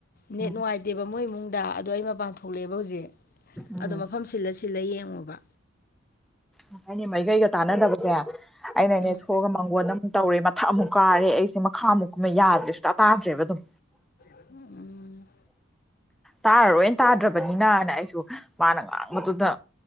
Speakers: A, on the left; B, in the centre.
A: ꯅꯦꯠ
B: ꯎꯝ
A: ꯅꯨꯡꯉꯥꯏ ꯏꯃꯨꯡꯗ ꯑꯗꯣ ꯑꯩ ꯃꯄꯥꯟ ꯊꯣꯛꯂꯛꯑꯦꯕ ꯍꯧꯖꯤꯛ
B: ꯎꯝ
A: ꯑꯗꯣ ꯃꯐꯝ ꯁꯤꯜꯂ ꯁꯤꯜꯂ ꯌꯦꯡꯉꯣꯕ꯫
B: ꯥꯉꯁꯥꯏꯅꯦ ꯃꯥꯏꯒꯩꯒ ꯇꯥꯟꯅꯗꯕꯁꯦ ꯑꯩꯅꯅꯦ
A: ꯎꯝ
B: ꯊꯣꯛꯑꯒ ꯃꯥꯡꯒꯣꯟꯗ ꯇꯧꯔꯦ ꯃꯊꯛ ꯑꯃꯨꯛ ꯀꯥꯔꯦ ꯑꯩꯁꯦ ꯃꯈꯥꯃꯨꯛ ꯀꯨꯝꯃ‌ꯦ ꯌꯥꯗ꯭ꯔꯦ ꯁꯨꯇꯥ ꯇꯥꯗ꯭ꯔꯦꯕ ꯑꯗꯨꯝ꯫
A: ꯎꯝ
B: ꯇꯥꯔꯔꯣꯏ ꯇꯥꯗ꯭ꯔꯕꯅꯤꯅꯅ ꯑꯩꯁꯨ ꯃꯥꯅ ꯉꯥꯡꯕꯗꯨꯗ